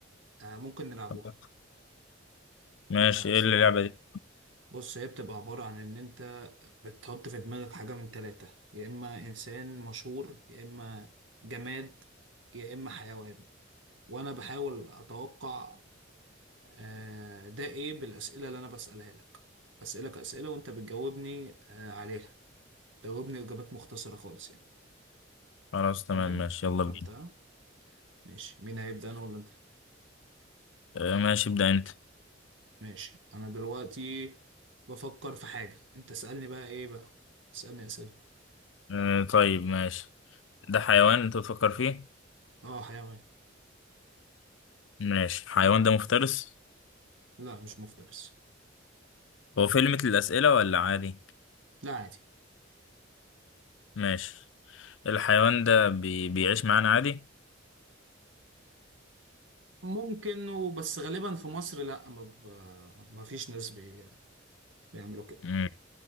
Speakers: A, on the right; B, on the left.
A: آه ممكن نلعبوها
B: طب ماشي
A: لو عايز
B: إيه اللعبة
A: تلعبها يعني
B: دي؟
A: بص هي بتبقى عباره عن ان انت بتحط في دماغك حاجه من ثلاثه يا اما انسان مشهور يا اما جماد يا اما حيوان وانا بحاول اتوقع آه ده ايه بالاسئله اللي انا بسالها لك بسالك اسئله وانت بتجاوبني آه عليها تجاوبني اجابات مختصره خالص يعني
B: خلاص تمام
A: تمام
B: ماشي يلا
A: فهمتها
B: بينا
A: ماشي مين هيبدأ انا ولا انت
B: آه، ماشي ابدأ أنت
A: ماشي انا دلوقتي بفكر في حاجة انت اسألني بقى ايه بقى اسألني اسئلة
B: آه، طيب ماشي ده حيوان أنت بتفكر فيه؟
A: اه حيوان
B: ماشي الحيوان ده مفترس؟
A: لا مش مفترس
B: هو في ليميت للأسئلة ولا عادي؟
A: لا عادي
B: ماشي الحيوان ده بي... بيعيش معانا عادي؟
A: ممكن وبس غالبا في مصر لا ما, ب... ما فيش ناس بي... بيعملوا كده
B: مم.